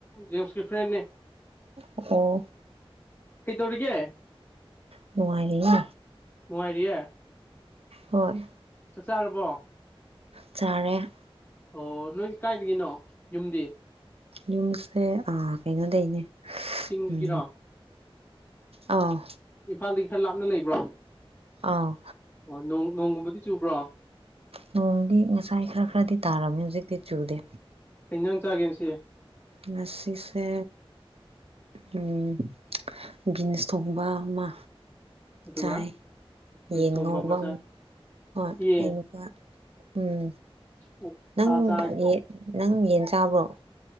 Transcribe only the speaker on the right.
ꯑꯣ꯫
ꯅꯨꯡꯉꯥꯔꯤꯌꯦ꯫
ꯍꯣꯏ꯫
ꯆꯥꯔꯦ꯫
ꯌꯨꯝꯁꯦ.. ꯑꯥ ꯀꯩꯅꯣꯗꯩꯅꯦ
ꯎꯝ ꯑꯧ
ꯑꯥꯎ
ꯅꯣꯡꯗꯤ ꯉꯁꯥꯏ ꯈꯔ ꯈꯔꯗꯤ ꯇꯥꯔꯝꯃꯦ ꯍꯧꯖꯤꯛꯇꯤ ꯆꯨꯗꯦ꯫
ꯉꯁꯤꯁꯦ ꯎꯝ ꯕꯤꯟꯁ ꯊꯣꯡꯕ ꯑꯃ꯫
ꯆꯥꯏ
ꯌꯦꯟ
ꯉꯧꯕ
ꯑꯝ ꯍꯣꯏ
ꯑꯩ ꯍꯣꯏ ꯎꯝ꯫
ꯅꯪ
ꯀꯔꯤ ꯅꯪ ꯌꯦꯟ ꯆꯥꯕ꯭ꯔꯣ?